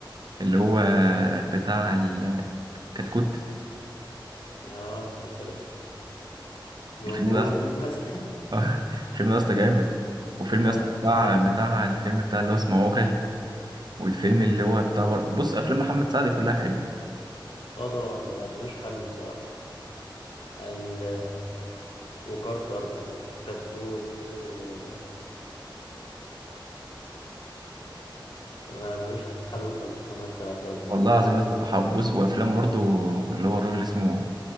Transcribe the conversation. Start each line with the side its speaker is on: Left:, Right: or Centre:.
Right: اللي هو بتاع الكتكوت
Left: آه مثلا بينبرون
Right: الفيلم ده يا
Left: بالمثل
Right: <laughs> اه فيلم يا اسطى جامد وفيلم يا
Left: <laughs>
Right: اسطى بتاع بتاع الفيلم بتاع اللي هو اسمه عوكل والفيلم اللي هو بتاع بر... بص افلام محمد سعد كلها حلوه
Left: اه طبعا ما- ملوش حل بصراحة ال- وكركر وكتكوت وبوحة ما- ملوش حل خالص محمد سعد ده ابن
Right: والله
Left: الذين
Right: العظيم يا اسطى ح- بص وافلام برضو اللي هو الراجل اسمه